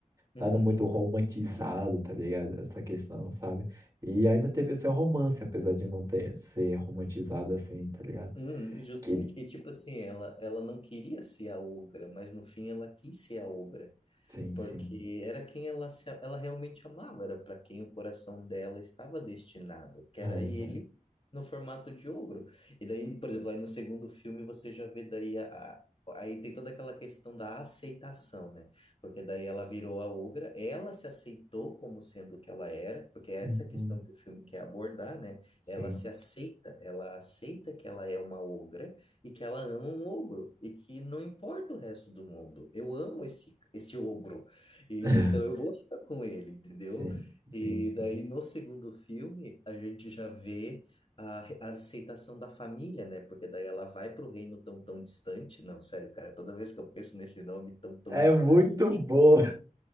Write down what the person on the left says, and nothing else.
uhum,
uhum, Justamente.
E tipo assim, ela, ela não queria ser a ogra, mas no fim ela quis ser a ogra.
porque
era quem ela, se- ela realmente amava, era para quem o coração dela estava destinado, que
era ele no formato de ogro. E daí, por exemplo, aí no segundo filme você já vê daí a, a- aí tem toda aquela questão da aceitação, né? Porque daí ela virou a ogra, ela se aceitou como sendo o que ela era, porque essa
é a questão que o filme quer abordar, né?
Ela se aceita, ela aceita que ela é uma ogra e que ela ama um ogro e que não importa o resto do mundo. Eu amo esse esse ogro. Então
eu vou ficar com ele, entendeu?
E
daí no segundo filme a gente já vê a, re- a aceitação da família, né? Porque daí ela vai para o reino tão tão distante. Não, sério, cara, toda vez que eu penso nesse nome tão tão
distante,